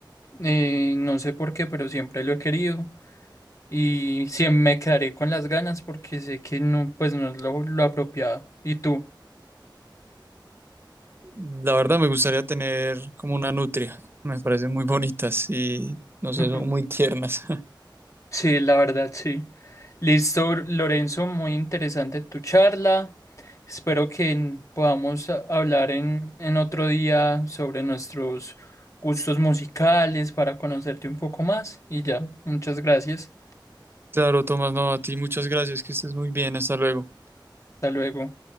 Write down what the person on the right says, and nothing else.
La verdad me gustaría tener como una nutria. Me parecen muy bonitas y no sé,
son muy tiernas. <laughs>
Claro, Tomás, no, a ti muchas gracias, que estés muy bien, hasta luego.